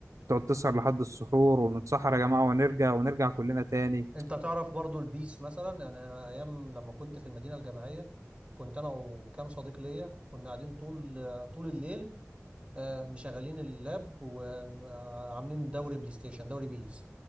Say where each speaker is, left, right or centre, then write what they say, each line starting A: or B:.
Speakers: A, on the right; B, on the right.
A: تقعد تسهر لحد السحور ونتسحر يا جماعة ونرجع ونرجع كلنا تاني
B: انت تعرف برضو البيس مثلا يعني انا ايام لما كنت في المدينه الجامعيه كنت انا وكام صديق ليا كنا قاعدين طول طول الليل آه، مشغلين اللاب وعاملين دوري بلاي ستيشن دوري بيس